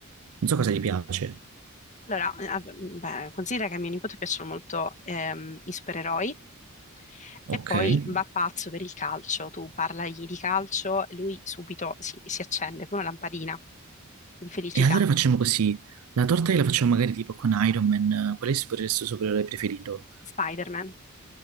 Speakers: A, on the right; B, on the left.
A: non so cosa gli piace.
B: Allora, eh, vabbè, beh, considera che a mio nipote piacciono molto ehm, i supereroi
A: Ok.
B: e poi
A: E
B: va pazzo per il calcio. Tu parlagli di calcio, lui subito si, si accende come una lampadina di felicità.
A: allora facciamo così. La torta la facciamo magari tipo con Iron Man, eh, qual è il supereroe supereroe preferito?
B: Spider-Man.